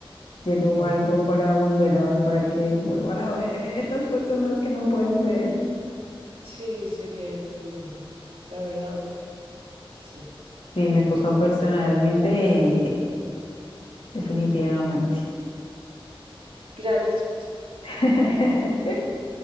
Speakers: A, on the left; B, on the right.
A: Quiero
B: Oh,
A: algo para volver a ver, para que vuelvan a ver las personas que no pueden ver.
B: sí, sería lindo. La verdad, sí,
A: Sí, me
B: me
A: toca
B: gustaría
A: personalmente,
B: esa cura.
A: y sí, definitivamente.
B: Gran respuesta.
A: <laughs>